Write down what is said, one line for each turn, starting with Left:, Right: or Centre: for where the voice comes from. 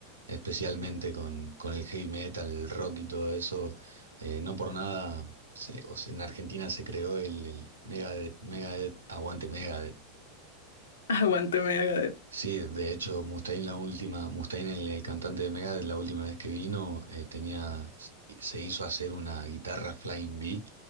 Right: especialmente con, con el heavy metal, el rock y todo eso. Eh, no por nada, se- o sea, en Argentina se creó el, el Megadeth, Megadeth, Aguante Megadeth.
Left: <laughs> Aguante Megadeth.
Right: Sí, de hecho, Mustaine la última, Mustaine, el, el cantante de Megadeth, la última vez que vino, eh, tenía, se hizo hacer una guitarra Flying V